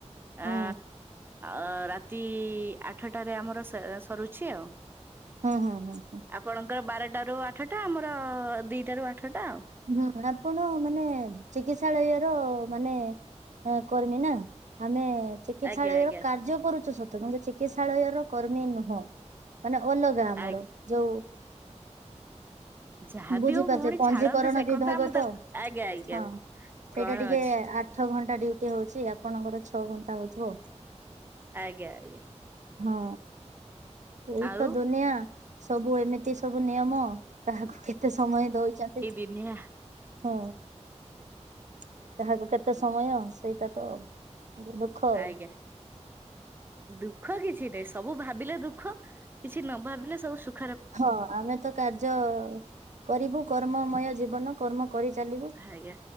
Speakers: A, on the right; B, on the right.
A: ହୁଁ
B: ଆ ଆ ରାତି ଆଠଟାରେ ଆମର ସ-ସରୁଛି ଆଉ।
A: ହୁଁ ହୁଁ ହୁଁ ହୁଁ।
B: ଆପଣଙ୍କର ବାରଟାରୁ ଆଠଟା, ଆମର ଦିଟାରୁ ଆଠଟା ଆଉ।
A: ହୁଁ ଆପଣ ମାନେ ଚିକିତ୍ସାଳୟର ମାନେ ହଁ କର୍ମୀ ନା ଆମେ ଚିକିତ୍ସାଳୟ
B: ଆଜ୍ଞା ଆଜ୍ଞା
A: ର କାର୍ଯ୍ୟ କରୁଛୁ ସତ କିନ୍ତୁ ଚିକିତ୍ସାଳୟ ର କର୍ମୀ ନୁହଁ। ମାନେ ଅଲଗା ଆମର
B: ଆଜ୍ଞା
A: ଯୋଉ
B: ଯାହାବି
A: ବୁଝିପାରୁଛ
B: ହଉ ଭଉଣୀ
A: ପଞ୍ଜି
B: ଛାଡନ୍ତୁ
A: କରଣ
B: ସେ
A: ବିଭାଗ
B: କଥା ଆମ
A: ତ,
B: ଆଜ୍ଞା ଆଜ୍ଞା
A: ହଁ ସେଇଟା
B: କଣ
A: ଟିକେ
B: ଅଛି।
A: ଆଠ ଘଣ୍ଟା ଡିଉଟି ହଉଛି ଆ ଆପଣଙ୍କର ଛଅ ଘଣ୍ଟା ହଉଥିବ?
B: ଆଜ୍ଞା ଆଜ୍ଞା।
A: ହଁ ଏଇ
B: ଆଉ
A: ତ ଦୁନିଆ। ସବୁ ଏମିତି ସବୁ ନିୟମ କାହାକୁ କେତେ ସମୟ ଦଉଛନ୍ତି!
B: ଇନିଆଁ
A: ହଁ କାହାକୁ କେତେ ସମୟ ସେଇଟା ତ ଦୁଃଖ ଆଉ
B: ଆଜ୍ଞା। ଦୁଃଖ କିଛି ନାହିଁ ସବୁ ଭାବିଲେ ଦୁଃଖ କିଛି ନ ଭାବିଲେ ସବୁ ସୁଖ
A: ଖ ଆମେ ତ କାର୍ଯ୍ୟ କରିବୁ କର୍ମମୟ ଜୀବନ କର୍ମ କରିଚାଲିବୁ
B: ଆଜ୍ଞା